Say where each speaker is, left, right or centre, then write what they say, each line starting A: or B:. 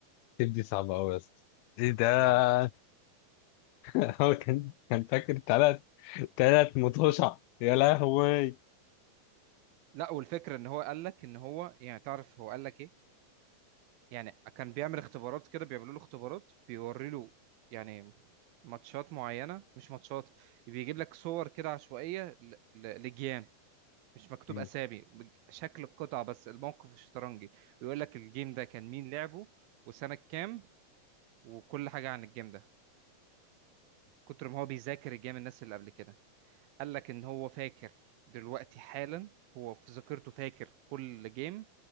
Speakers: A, on the left (about 85°); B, on the right (about 80°).
A: سيف دي صعبه قوي يا اسطى ايه ده
B: لا لا
A: <laughs> هو كان كان فاكر ثلاث ثلاث مطوشة يا لهوي
B: لا والفكره ان هو قال لك ان هو يعني تعرف هو قال لك ايه يعني كان بيعمل اختبارات كده بيعملوا له اختبارات بيوري له يعني ماتشات معينة مش ماتشات بيجيب لك صور كده عشوائية ل- ل- لجيام مش مكتوب
A: مم.
B: أسامي بج- شكل القطع بس الموقف الشطرنجي ويقول لك الجيم ده كان مين لعبه وسنة كام وكل حاجة عن الجيم ده كتر ما هو بيذاكر الجيم الناس اللي قبل كده قال لك إن هو فاكر دلوقتي حالا هو في ذاكرته فاكر كل جيم